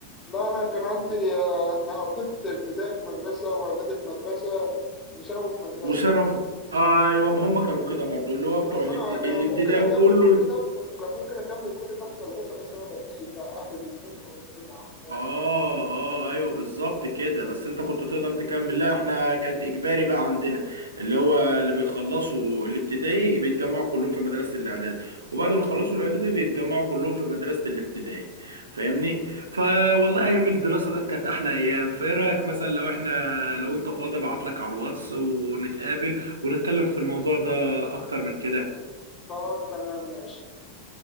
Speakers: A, on the left; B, on the right.
A: لا انا كان عندي آه، انا قضيت ابتدائي في مدرسه واعدادي في مدرسه وثانوي في مدرسه
B: وثانوي ايوه ما هم كانوا كده برضو اللي هو بتوع
A: بس
B: الابت-
A: انا
B: الابتدائي
A: كان ممكن اكمل
B: كله
A: كل ده في كان ممكن اكمل كل ده في مدرسه بس انا بتنقل بقى اهلي بيتنقلوا فبتنقل معاهم فاهم
B: اه اه ايوه بالظبط كده بس انت كنت تقدر تكمل لا احنا كانت اجباري بقى عندنا اللي هو اللي بيخلصوا الابتدائي بيتجمعوا كلهم في مدرسه الاعداد وبعد ما يخلصوا الاعدادي بيتجمعوا كلهم في مدرسه الابتدائي فاهمني فوالله ايام الدراسه ده كانت احلى ايام فايه رايك مثلا لو احنا لو انت فاضي ابعت لك على الواتس ونتقابل ونتكلم في الموضوع ده اكتر من كده
A: خلاص تمام ماشي